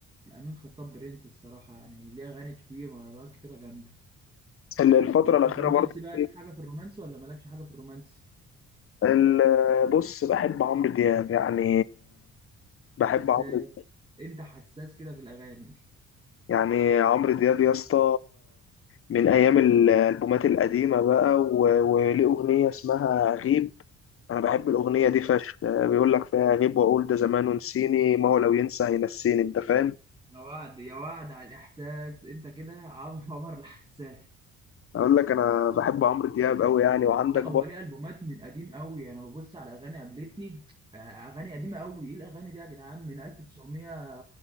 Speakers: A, on the right; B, on the left.
A: الامين خطاب برنس الصراحه يعني ليه اغاني كتير مهرجانات كتيره جامده
B: ال- الفترة
A: وفي
B: الأخيرة
A: الرومانسي
B: برضه
A: بقى ليك حاجه في الرومانسي ولا مالكش حاجه في الرومانسي
B: ال- بص بحب عمرو دياب يعني بحب
A: حساس
B: عمرو
A: انت حساس كده في الاغاني
B: يعني عمرو دياب يا اسطى من أيام الألبومات القديمة بقى و- وليه أغنية اسمها غيب أنا بحب الأغنية دي فشخ بيقول لك فيها غيب وأقول ده زمان ونسيني ما هو لو ينسى هينسيني أنت فاهم؟
A: يا وعد يا وعد على الإحساس أنت كده عم- عمر الحساس
B: أقول لك أنا بحب عمرو دياب أوي يعني وعندك
A: لا
B: برضه
A: هو ليه ألبومات من قديم قوي أنا ببص على أغاني قابلتني آه، أغاني قديمة قوي إيه الأغاني دي يا جدعان من 1900